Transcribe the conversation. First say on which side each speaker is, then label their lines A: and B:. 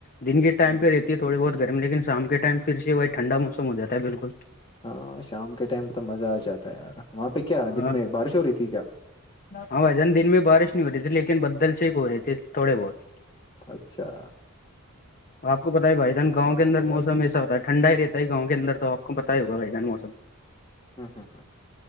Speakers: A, on the left; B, on the left.
A: دن کے ٹائم
B: ہاں
A: پہ رہتی ہے تھوڑی بہت گرم لیکن شام کے ٹائم پھر سے وہی ٹھنڈا موس ہو جاتا ہے بالکل
B: ہاں شام کے ٹائم پہ تو مزہ آ جاتا ہے یار وہاں پہ کیا دن
A: ہاں
B: میں بارش ہو رہی تھی کیا
A: ہاں بھائی جان دن میں بارش نہیں ہو رہی تھی لیکن بدل سے ایک ہو رہے تھے تھوڑے بہت
B: اچھا
A: آپ کو پتا ہے بھائی جان گاؤں کے
B: بڑھیا
A: انروسم
B: ہے بھائی
A: ایسا ہوتا ہے ھنڈا ہی رہتا ہے گاؤں کےدر تو آپ کو پتا ہی ہوگ بھائی جان موسم
B: ہوں ہوں ہ